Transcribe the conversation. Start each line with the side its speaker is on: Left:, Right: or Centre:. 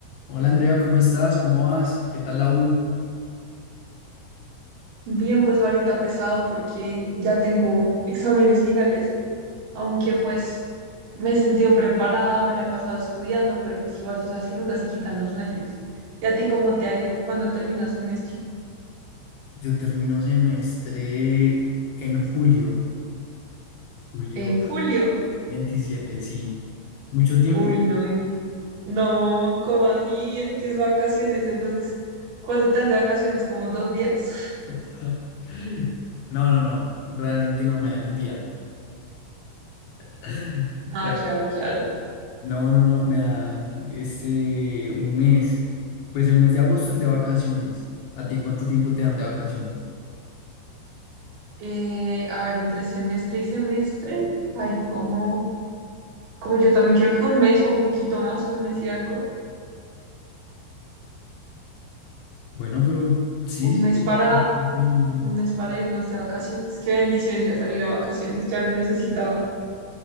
Left: Hola Andrea, ¿cómo estás? ¿Cómo vas? ¿Qué tal la U?
Right: Bien, pues ahorita pesado porque ya tengo exámenes finales, aunque pues me he sentido preparada, me la he pasado estudiando, pero pues igual tú sabes que nunca se quitan los nervios. ¿Y a ti cómo te ha ido? ¿Cuándo terminas semestre?
Left: Yo termino semestre en julio, julio
Right: En julio.
Left: 27, sí. ¿Mucho tiempo?
Right: Uy, no, y- no, ¿cómo así? ¿Eso que es vacaciones? Entonces, ¿cuánto te dan de vacaciones? ¿Como dos días? <laughs>
Left: <laughs> No, no, no, realmente no me dan un día. <laughs> No,
Right: Ah, claro, claro.
Left: no, no, no, me dan este un mes. Pues el mes de agosto es de vacaciones. ¿A ti cuánto tiempo te dan de vacaciones?
Right: Eh, a ver, entre semestre y semestre hay como, como yo también creo que un mes o un poquito más, un mes y algo.
Left: Bueno, pero sí,
Right: Un
Left: sí,
Right: mes
Left: te...
Right: para,
Left: sí, sí, es lo mismo.
Right: un mes para irnos de vacaciones. Qué bendición ya salir a vacaciones, ya lo necesitaba.